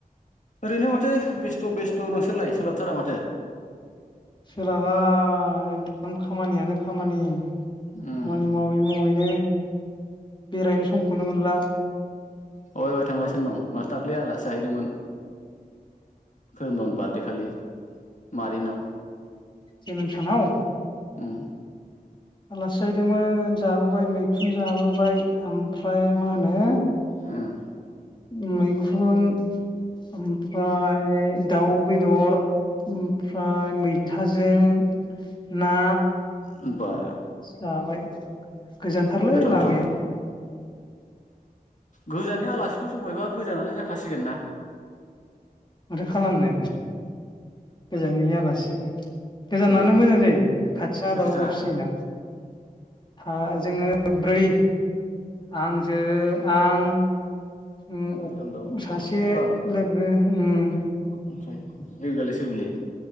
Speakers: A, on the left (about 55°); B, on the left (about 30°).
A: ओरैनो माथो बेस्थ' बेस्थ' नोंसोरलाय सोलाबथारा माथो
B: सोलाबा एकदम खामानियानो खामानि
A: उम
B: खामानि मावै मावैनो बेरायनो समखौनो मोनला
A: अहाय अहाय थांगासिनो दं माथो दाख्लै आलासि जाहैदोंमोन खोरोमदावनि बार्थडे खालि मादैनाव
B: जेनोम सानाव
A: ओम
B: आलासि जाहैदोंमोन जाबोबाय मैखुन जाबोबाय ओमफ्राय मा होनो
A: ओम
B: मैखुन ओमफ्राय दाउ बेदर ओमफ्राय मैथाजों ना
A: बा
B: जाबाय गोजानथारलै
A: गोथाव गोथाव
B: लामायानो
A: गोजाननि आलासिखौनो संबायबा गोजानालाय जाखासिगोन ना
B: माथो खालामनो गोजाननि आलासि गोजानानो
A: ओ
B: मोजां जायो खाथिना
A: सोर
B: दावराव
A: सोर था
B: दावसि जायोना हा जोङो ब्रै आंजो आं ओम अक
A: खोरोमदाव
B: सासे
A: अ अख्रां
B: लोगो ओम
A: ओमफ्राय लोगोआलाय सोर बिलाय